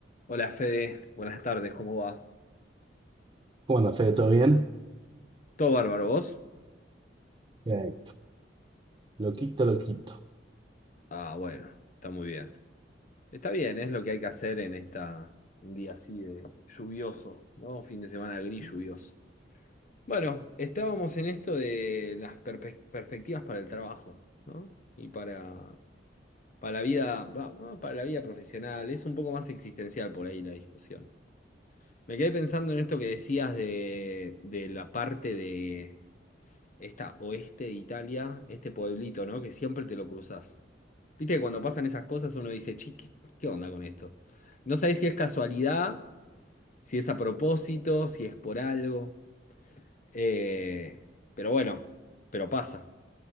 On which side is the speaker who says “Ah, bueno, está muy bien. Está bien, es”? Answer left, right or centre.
Left